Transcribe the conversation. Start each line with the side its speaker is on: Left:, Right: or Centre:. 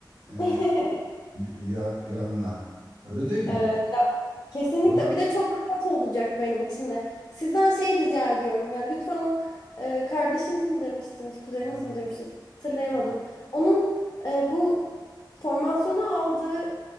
Right: e,
Left: <laughs>
Right: ya, yanına. Öyle değil mi?
Left: Evet, ya kesinlikle.
Right: Hocam.
Left: Bir de çok rahat olacak benim için de. Sizden şey rica ediyorum ya lütfen o e, kardeşiniz mi demiştiniz, kuzeniniz
Right: Ha,
Left: mi demiştiniz? Hatırlayamadım.
Right: evet.
Left: Onun e, bu formasyonu aldığı